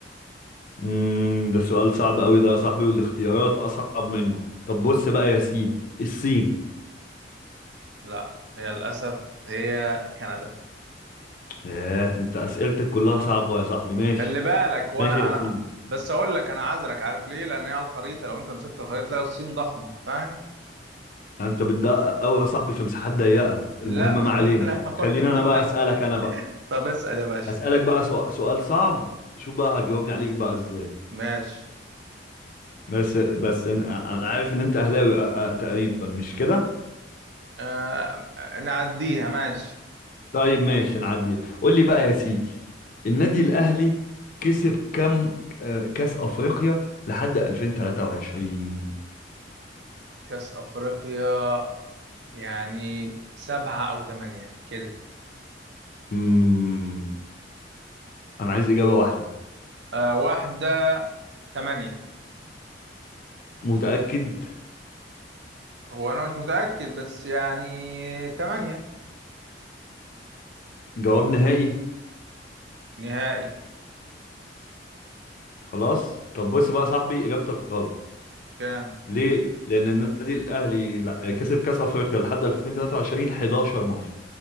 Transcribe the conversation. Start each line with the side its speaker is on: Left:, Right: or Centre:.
Left: امم ده سؤال صعب قوي ده يا صاحبي والاختيارات اصعب منه طب بص بقى يا سيدي الصين
Right: لا هي للاسف هي كندا
Left: ياه انت اسئلتك كلها صعبة يا صاحبي ماشي
Right: خلي بالك وانا
Left: ماشي يا
Right: انا
Left: سيدي
Right: بس اقول لك انا عذرك عارف ليه لان هي على الخريطه لو انت مسكت الخريطه تلاقي الصين ضخمه فاهم
Left: انت بتدقق قوي يا صاحبي في مساحات ضيقة
Right: لا
Left: المهم
Right: <laughs> ما
Left: ما علينا
Right: انا
Left: خ-
Right: هقول
Left: خلينا انا
Right: لك
Left: بقى اسالك انا بقى
Right: طب اسال يا باشا
Left: هسالك بقى سؤ- سؤال صعب شوف بقى هتجاوبني عليك بقى ازاي
Right: ماشي
Left: بس بس انا أنا عارف ان انت اهلاوي أ- أ- تقريبا مش كده
Right: آه نعديها ماشي
Left: طيب ماشي نعديها قول لي بقى يا سيدي النادي الاهلي كسب كام آه، كاس افريقيا لحد 2023
Right: كاس افريقيا يعني سبعة او ثمانية كده
Left: امم انا عايز اجابه واحده
Right: آه واحدة ثمانية
Left: متاكد
Right: هو انا مش متأكد بس يعني ثمانية
Left: جواب نهائي
Right: نهائي
Left: خلاص طب بص بقى يا صاحبي اجابتك غلط
Right: كام
Left: ليه لان النادي الاهلي لا كسب كاس افريقيا لحد 2023 11 مره